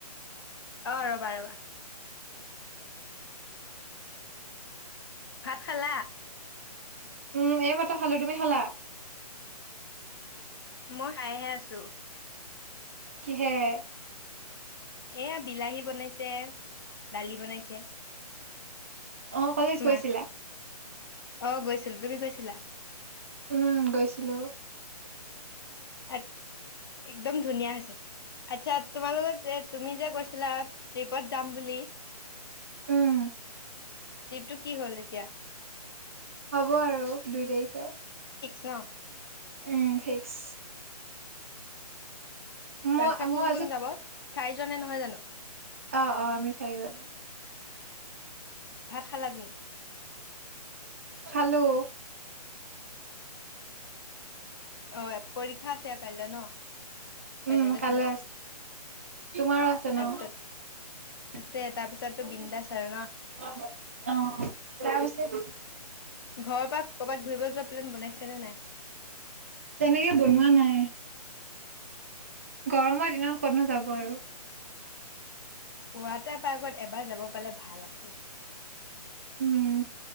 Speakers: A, on the left; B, on the right.
A: অ ৰবা ৰবা। ভাত খালা।
B: উম এইমাত্ৰ খালোঁ তুমি খালা?
A: মই খাইয়ে আছোঁ।
B: কিহেৰে?
A: এয়া বিলাহী বনাইছে, দালি বনাইছে।
B: অ কলেজ গৈছিলা
A: মাছ? অ গৈছিলোঁ তুমি গৈছিলা?
B: উম গৈছিলোঁ।
A: আ, একদম ধুনীয়া হৈছে। আচ্ছা তোমাৰ লগত যে তুমি যে কৈছিলা ট্ৰিপত যাম বুলি।
B: উম
A: ট্ৰিপটো কি হ'ল এতিয়া।
B: হ'ব আৰু দুই তাৰিখে।
A: নহ।
B: উম ফিক্স। মই
A: আচ্ছা কোন
B: মই আজি
A: কোন যাব? চাৰিজনে নহয় জানো।
B: অ অ আমি চাৰিজন।
A: ভাত খালা তুমি?
B: খালোঁ।
A: অ', পৰীক্ষা আছে কাইলৈ ন, প্ৰেজেন্টটেচন
B: উম কাইলে
A: আছে
B: তোমাৰো আছে
A: তাৰপিছত
B: ন। <unintelligible>
A: আছে তাৰপিছতো বিন্দাছ আৰু ন?
B: অহ তাৰপিছত।
A: ঘৰৰ পৰা ক'ৰবাত ঘূৰিব যোৱা প্লেন বনাইছেনে নাই।
B: তেনেকে বনোৱা নাই। গৰমৰ দিনত ক'তোনো যাব আৰু।
A: পুৱাতে পাৰ্কত এবাৰ যাব পালে ভাল আছিল
B: উম,